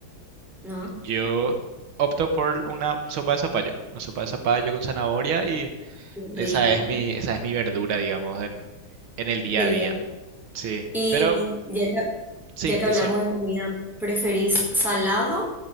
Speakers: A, in the centre; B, on the right.
A: ¿no?
B: yo opto por una sopa de zapallo. Una sopa de zapallo con zanahoria y
A: Qué Rico.
B: esa es mi, esa es mi verdura, digamos, en, en el día
A: Del
B: a día.
A: día.
B: Sí,
A: Y
B: pero
A: ya que,
B: sí,
A: ya que
B: decir,
A: hablamos de comida, ¿preferís salado